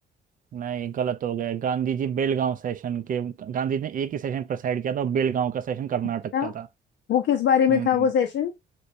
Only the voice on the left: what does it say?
अच्छा
वो किस बारे में
था वो सेशन